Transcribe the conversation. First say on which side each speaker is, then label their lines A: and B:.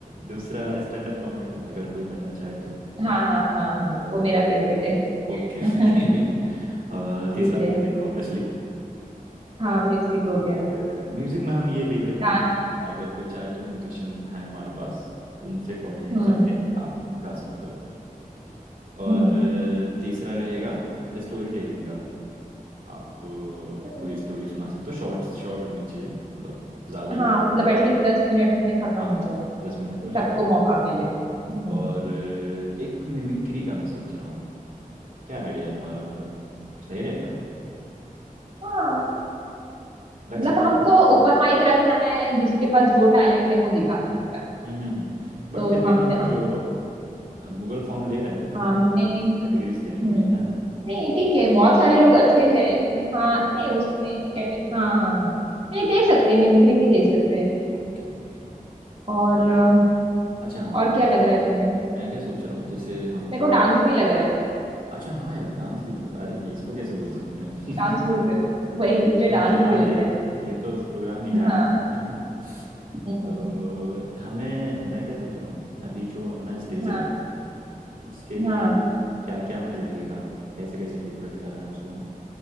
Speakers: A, on the right; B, on the right.
A: दूसरा स्टैंड अप कॉमेडी अगर कोई करना चाहे तो
B: हाँ हाँ हाँ हाँ
A: और
B: वो मेरा फेवरेट
A: ओके <laughs>
B: है <laughs>
A: तीसरा
B: ठीक है
A: म्यूजिक ऑब्वियसली
B: हाँ म्यूजिक हो
A: और
B: गया
A: म्यूजिक में हम ये लेवरेज
B: डांस
A: देंगे कि अगर कोई चाहे तो म्यूजिशियन है हमारे पास उनसे कोऑर्डिनेट
B: हम्म
A: करके आप गा सकते हो और
B: हम्म
A: अ, तीसरा रहेगा स्टोरी टेलिंग का आप अ,
B: हम्म,
A: कोई स्टोरी सुना सकते हो शॉर्ट शॉर्ट होनी चाहिए मतलब ज़्यादा लंबी
B: हाँ मतलब
A: नहीं
B: एटलीस्ट दस मिनट में खत्म
A: हाँ
B: हो जाए कि
A: दस मिनट में
B: सबको
A: ख़त्म हो
B: मौका
A: जाए
B: मिले हम्म
A: और अ, एक मिमिक्री का मैं सोच रहा हूँ क्या आइडिया है तुम्हारा मतलब सही रहेगा
B: हाँ
A: रख
B: मतलब
A: सकते
B: हमको
A: हैं
B: ओपन माइक रखना है जिसके पास जो टैलेंट है वो दिखा सकता
A: हम्म
B: है
A: हम्म हम्म बट
B: तो
A: फिर
B: हमने
A: भी हम जो गूगल फॉर्म ले रहे हैं ना तो
B: हमने
A: उसमें किसी कैटेगरीज
B: हम्म
A: देनी पड़ेंगी ना हमें
B: नहीं ठीक है बहुत सारे लोग अच्छे हैं हाँ नहीं
A: ओके
B: उसमें कैटे हाँ हाँ हाँ नहीं दे सकते मिमिक्री भी दे सकते हैं
A: ओके ओके ओके
B: और अ,
A: अच्छा हाँ
B: और क्या लग रहा है तुम्हें
A: मैं क्या सोच रहा हूँ जैसे हमको
B: मेरे को डांस भी लग रहा है
A: अच्छा हाँ यार डांस भी तो अरे ये इसको कैसे भूल सकते हैं
B: डांस बोल रहे हो
A: <laughs>
B: वही
A: ये
B: मुझे
A: तो
B: डांस
A: जान
B: भी लग
A: है
B: रहा
A: ये तो उस प्रोग्राम की जान
B: है हाँ
A: है <laughs>
B: हम्म
A: तो हमें मैं क्या सोच रहा हूँ अभी जो अपना स्टेज
B: हाँ
A: रहेगा उसके लिए
B: हाँ
A: क्या क्या हमें लगेगा कैसे कैसे डेकोरेट कर रहे हैं उसको हम